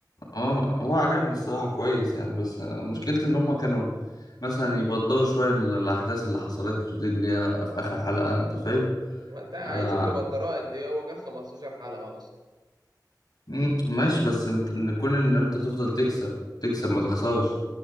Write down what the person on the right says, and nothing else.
ما انت عايزهم
يبقى الدراء قد ايه هو كان 15 حلقة اصلا